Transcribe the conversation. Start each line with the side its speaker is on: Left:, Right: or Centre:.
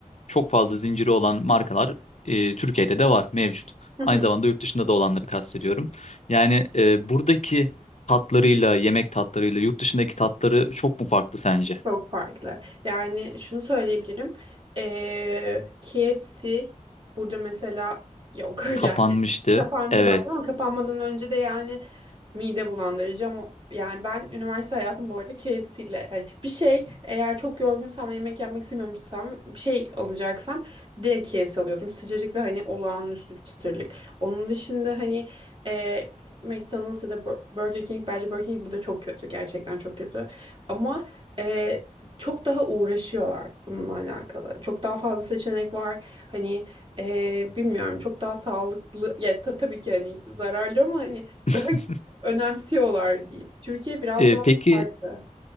Left: çok fazla zinciri olan markalar e, Türkiye'de de var mevcut.
Right: <laughs>
Left: Aynı zamanda yurt dışında da olanları kastediyorum. Yani e, buradaki tatlarıyla yemek tatlarıyla yurt dışındaki tatları çok mu farklı sence?
Right: Çok farklı. Yani şunu söyleyebilirim. Ee, KFC burada mesela yok. <laughs>
Left: Kapanmıştı.
Right: Yani kapandı
Left: Evet.
Right: zaten ama kapanmadan önce de yani mide bulandırıcı ama yani ben üniversite hayatım bu arada KFC ile yani bir şey eğer çok yorgunsam ve yemek yapmak istemiyorsam bir şey alacaksam direkt KFC alıyordum. Sıcacık ve hani olağanüstü bir çıtırlık. Onun dışında hani e, McDonald's ya da Bur- Burger King bence Burger King burada çok kötü gerçekten çok kötü. Ama ee, çok daha uğraşıyorlar bununla alakalı. Çok daha fazla seçenek var. Hani ee, bilmiyorum çok daha sağlıklı. Ya ta- tabii ki hani zararlı ama hani
Left: <laughs>
Right: daha <laughs> önemsiyorlar diyeyim. Türkiye biraz
Left: E,
Right: daha
Left: peki
Right: farklı.